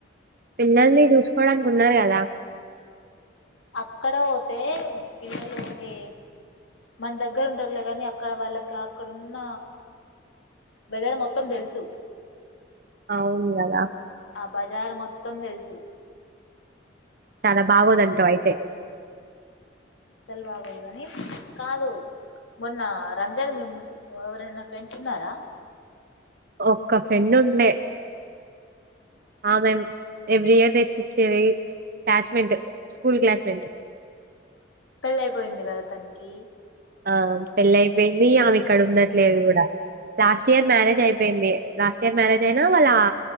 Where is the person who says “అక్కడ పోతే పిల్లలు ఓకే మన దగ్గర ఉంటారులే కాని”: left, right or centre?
Left